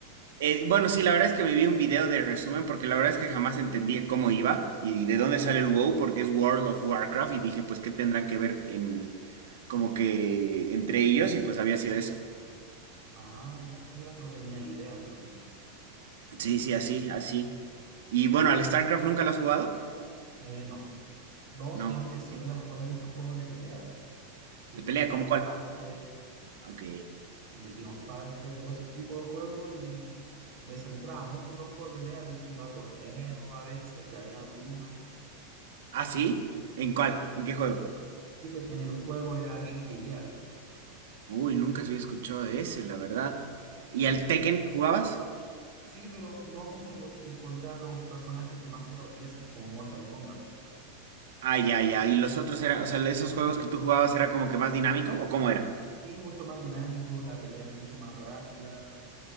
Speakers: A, on the right; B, on the right.
A: Eh, bueno, sí, la verdad es que me vi un video de resumen porque la verdad es que jamás entendí cómo iba y de dónde sale el WoW porque es World of Warcraft y dije pues qué tendrán que ver en como que entre ellos y pues había sido eso.
B: Ah, ya, mira, no tenía idea en realidad.
A: Sí, sí, así, así. Y bueno, ¿al StarCraft nunca lo has jugado?
B: Eh, no. Dos,
A: No.
B: si antes solía
A: Eh,
B: jugar muchos juegos de pelea, tipo
A: ¿De pelea?
B: Street
A: ¿Cómo cuál?
B: Fighter,
A: Ok.
B: de King of Fighters, todos esos tipos de juegos y me centraba mucho en los juegos de pelea, de hecho iba a torneos a veces, gané algunos.
A: ¿Ah, sí? ¿En cuál? ¿En qué juego?
B: Sí, pero en el juego era Guilty Gear.
A: Uy, nunca se había escuchado de ese, la verdad. ¿Y al Tekken jugabas?
B: Sí, pero no mucho porque encontraba los personajes demasiado tiesos, como Mortal Kombat.
A: Ah, ya, ya. ¿Y los otros eran, o sea, esos juegos que tú jugabas era como que más dinámico o cómo era?
B: Sí, mucho más dinámico, la pelea mucho más rápida.